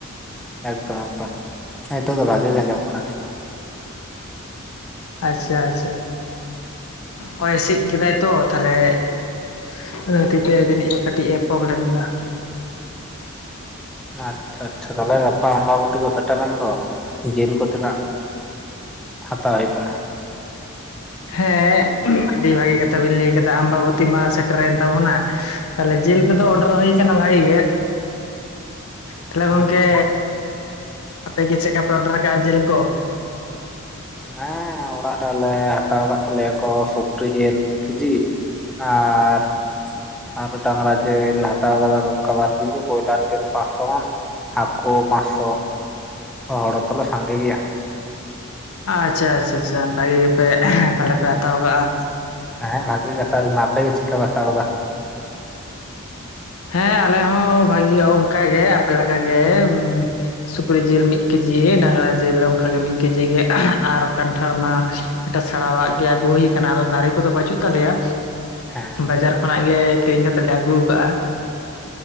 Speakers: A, in the centre; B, on the left (about 90°).
A: ᱮᱠᱫᱚᱢ ᱮᱠᱫᱚᱢ ᱱᱤᱛᱚᱜ ᱫᱚ ᱵᱷᱟᱜᱮ ᱜᱮ ᱟᱡᱚᱢᱚᱜ ᱠᱟᱱᱟ ᱱᱤᱛᱚᱜ ᱫᱚ ᱾
B: ᱟᱪᱪᱷᱟ ᱟᱪᱪᱷᱟ ᱦᱚᱭ ᱦᱤᱸᱥᱤᱫ ᱠᱮᱫᱟᱭ ᱛᱚ ᱛᱟᱦᱞᱮ ᱾ ᱳᱸ ᱛᱤᱛᱮ ᱡᱟᱹᱱᱤᱡ ᱮ ᱠᱟᱹᱴᱤᱡ ᱮ ᱯᱨᱚᱵᱞᱮᱢ ᱫᱟ ᱾
A: ᱟᱪᱪᱷᱟ ᱟᱪᱪᱷᱟ ᱛᱟᱦᱞᱮ ᱜᱟᱯᱟ ᱟᱢᱵᱟᱵᱚᱛᱤ ᱠᱚ ᱥᱮᱴᱮᱨᱮᱱ ᱫᱚ ᱡᱮᱞ ᱠᱚ ᱛᱤᱱᱟᱹᱜ? ᱦᱟᱛᱟᱣ ᱦᱳᱭᱳᱜ ᱠᱟᱱᱟ ᱾
B: ᱦᱮᱸ ᱟᱹᱰᱤ ᱵᱷᱟᱜᱮ ᱠᱟᱛᱷᱟ ᱵᱮᱤᱱ ᱞᱟᱹᱭ ᱠᱟᱫᱟ ᱟᱢᱵᱟᱵᱚᱛᱤ ᱢᱟ ᱥᱮᱴᱮᱨᱮᱱ ᱛᱟᱵᱚᱱᱟ ᱾ ᱛᱟᱦᱞᱮ ᱡᱮᱞ ᱠᱚᱫᱚ ᱚᱰᱟᱨ ᱦᱳᱭ ᱠᱟᱱᱟ ᱵᱷᱟᱜᱮ ᱜᱮ᱾ ᱛᱟᱦᱚᱞᱮ ᱜᱚᱝᱠᱮ
A: ᱟᱪᱪᱷᱟ
B: ᱟᱯᱮ ᱜᱮ ᱪᱮᱠᱟ ᱯᱮ ᱚᱰᱟᱨ ᱠᱟᱜ ᱟ ᱡᱮᱞ ᱠᱚ᱾
A: ᱦᱮᱸ ᱚᱲᱟᱜ ᱨᱮ ᱟᱞᱮ ᱦᱟᱛᱟᱣ ᱟᱠᱟᱫ ᱛᱟᱞᱮᱭᱟᱠᱚ ᱥᱩᱠᱨᱤ ᱡᱮᱞ ᱢᱤᱫ ᱠᱤᱡᱤ ᱾ ᱟᱨ ᱾ ᱟᱨᱚ ᱰᱟᱝᱨᱟ ᱡᱮᱞ ᱦᱟᱛᱟᱣ ᱠᱟᱫᱟ ᱠᱚ ᱚᱱᱠᱟ ᱵᱟᱨ ᱠᱤᱡᱤ ᱵᱚᱭᱞᱟᱨ ᱡᱮᱞ ᱯᱟᱸᱪᱥᱚ ᱜᱟᱱ᱾ ᱦᱟᱠᱳ ᱯᱟᱸᱪ ᱥᱚ ᱾ ᱚ ᱦᱚᱲ ᱦᱛᱚ ᱞᱮ ᱥᱟᱸᱜᱮ ᱜᱮᱭᱟ ᱾
B: ᱟᱪᱪᱷᱟ ᱟᱪᱪᱷᱟ ᱵᱷᱟᱜᱮ ᱜᱮᱯᱮ ᱛᱟᱦᱚᱞᱮ ᱯᱮ ᱦᱟᱛᱟᱣ ᱠᱟᱜᱼᱟ᱾
A: ᱦᱮᱸ ᱵᱷᱟᱜᱤ ᱜᱮ ᱦᱟᱛᱟᱣ ᱦᱳᱭ ᱠᱟᱱᱟ ᱟᱯᱮ ᱜᱮ ᱪᱮᱫ ᱞᱮᱠᱟ ᱯᱮ ᱦᱟᱛᱟᱣ ᱠᱮᱫᱟ?
B: ᱦᱮᱸ ᱟᱞᱮ ᱦᱚᱸ ᱵᱷᱟᱜᱤ ᱚᱱᱠᱟ ᱜᱮ ᱟᱯᱮ ᱞᱮᱠᱟ ᱜᱮᱼᱼ ᱥᱩᱠᱨᱤ ᱡᱤᱞ ᱢᱤᱫ ᱠᱮᱡᱤ ᱰᱟᱝᱨᱟ ᱡᱤᱞ ᱚᱱᱠᱟ ᱜᱮ ᱢᱤᱫ ᱠᱮᱡᱤ ᱜᱮ ᱟᱨ ᱠᱟᱱᱴᱷᱟᱲ ᱢᱟᱼᱼ ᱮᱴᱟ ᱥᱮᱲᱟᱣᱟᱜ ᱜᱮ ᱟᱜᱩ ᱦᱩᱭ ᱟᱠᱟᱱᱟ ᱟᱫᱚ ᱫᱟᱨᱮ ᱠᱚᱫᱚ ᱵᱟᱹᱪᱩᱜ ᱛᱟᱞᱮᱭᱟ
A: ᱦᱮᱸ
B: ᱵᱟᱡᱟᱨ ᱠᱷᱚᱱᱟᱜ ᱜᱮ ᱠᱤᱨᱤᱧ ᱠᱟᱛᱮᱜ ᱞᱮ ᱟᱹᱜᱩ ᱠᱟᱜ-ᱟ